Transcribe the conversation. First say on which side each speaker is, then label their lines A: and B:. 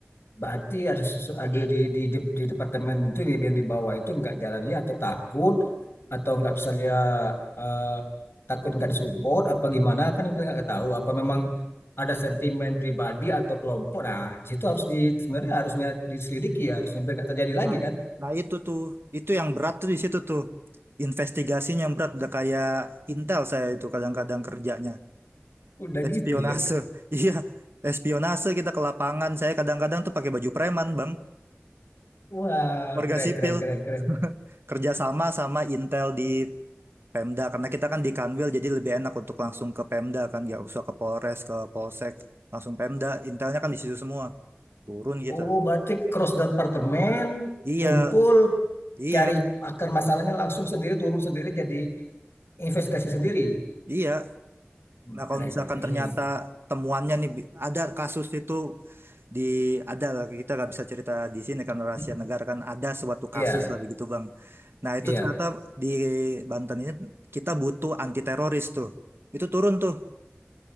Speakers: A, on the left (about 60°); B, on the right (about 60°).
A: Berarti ada sesu- ada di, di di di departemen itu di- yang di bawah itu nggak jalannya atau takut atau nggak bisa lihat eh, takut nggak disupport apa gimana kan itu nggak tahu apa memang ada sentimen pribadi atau kelompok nah di situ harus di sebenarnya harusnya diselidiki ya harusnya biar nggak terjadi lagi
B: Nah,
A: kan
B: nah itu tuh itu yang berat tuh di situ tuh investigasinya yang berat udah kayak intel saya itu kadang-kadang kerjanya
A: udah
B: espionase.
A: gitu ya
B: <laughs> Iya, espionase kita ke lapangan. Saya kadang-kadang tuh pakai baju preman, Bang.
A: wah
B: Warga
A: keren
B: sipil
A: keren keren keren
B: <laughs> kerja sama sama Intel di Pemda karena kita kan di Kanwil jadi lebih enak untuk langsung ke Pemda kan ya usah ke Polres, ke Polsek, langsung Pemda. Intelnya kan di situ semua. Turun kita.
A: oh berarti cross departemen
B: Iya,
A: kumpul
B: iya,
A: cari akar masalahnya langsung sendiri turun sendiri jadi investigasi sendiri
B: iya.
A: Wah,
B: Nah, kalau
A: Keren
B: misalkan
A: keren Nah, ini.
B: ternyata temuannya nih bi- ada kasus itu di ada lah kita nggak bisa cerita di sini karena rahasia
A: Hmm,
B: negara kan ada suatu kasus
A: Iya
B: lah begitu Bang. Nah, itu
A: iya.
B: ternyata di Banten ini kita butuh anti teroris tuh. Itu turun tuh.